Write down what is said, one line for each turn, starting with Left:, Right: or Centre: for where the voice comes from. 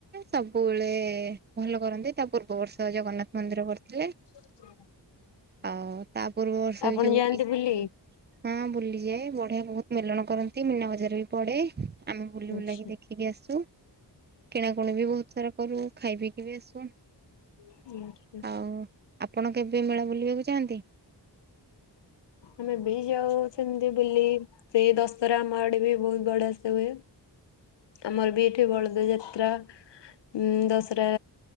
Right: ସବୁବେଳେ ଭଲ କରନ୍ତି ତା ପୂର୍ବ ବର୍ଷ ଜଗନ୍ନାଥ ମନ୍ଦିର କରିଥିଲେ।
Left: ହୁଁ <unintelligible>
Right: ଆଉ ତା ପୂର୍ବ ବର୍ଷ
Left: ଆପଣ
Right: ଏ ଯୋଉ
Left: ଯାଆନ୍ତି ବୁଲି?
Right: ହଁ ବୁଲିଯାଏ ବଢିଆ ବହୁତ ମେଲଣ କରନ୍ତି ମୀନା ବଜାର ବି ପଡେ। ଆମେ ବୁଲି ବୁଲାକି
Left: ଆଚ୍ଛା
Right: ଦେଖିକି ଆସୁ କିଣାକିଣି ବି ବହୁତ ସାରା କରୁ। ଖାଇ ପିଇକ ବି ଆସୁ।
Left: ଆ <unintelligible>
Right: ଆଉ ଆପଣ କେବେ ମେଳା ବୁଲିବାକୁ ଯାଆଁନ୍ତି?
Left: ଆମେ ବି ଯାଉ ସେମିତି ବୁଲି ସେଇ ଦଶରା ଆମ ଆଡେ ବି ବହୁତ ବଢିଆ ସେ ହୁଏ। ଆମର ବି ଏଠି ବଳଦ ଯାତ୍ରା ଉଁ ଦଶରା